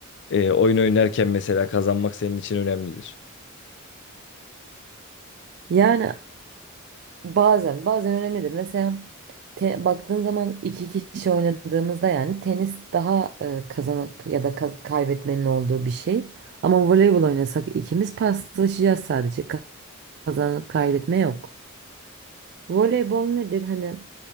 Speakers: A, on the left; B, on the right.
A: e, oyun oynarken mesela kazanmak senin için önemlidir.
B: Yani bazen bazen önemlidir. Mesela te- baktığın zaman iki kişi oynadığımızda yani tenis daha e, kazanıp ya da kaz- kaybetmenin olduğu bir şey. Ama voleybol oynasak ikimiz paslaşacağız sadece. Ka- Kazanıp kaybetme yok. Voleybol nedir hani?